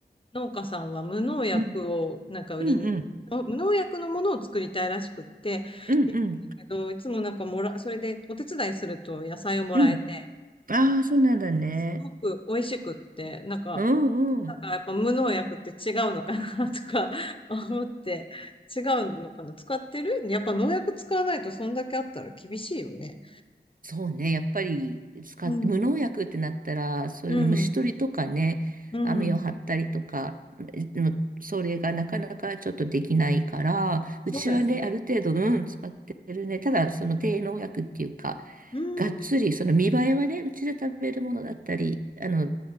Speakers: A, on the left (about 30°); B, on the right (about 50°).
A: 農家さんは無農薬をなんか売りに、
B: うん、うん、
A: 無農薬のものを作りたいらしくって、
B: うん、
A: 行ったんだけど、
B: うん。
A: いつもなんかもら、それでお手伝いすると野菜をもらえて、
B: うんああ、そうなんだね。
A: すごく美味しくって、なんか、
B: うん、うん。
A: なんかやっぱ無農薬って違うのかなとか <laughs> 思って、違うのかな使ってるやっぱ農薬使わないとそんだけあったら厳しいよね。
B: そうね、やっぱり使って、
A: うん、
B: 無農薬ってなったら、そういうの虫取りとかね、
A: うん、うん。
B: 網を張ったりとか、でもそれがなかなかちょっとできないから、うちはね、
A: そうだよね。
B: ある程度、うん、使ってるね。ただ、その低農薬っていうか、
A: うん、
B: がっつり、その見栄えはね、うちで食べるものだったり、あの、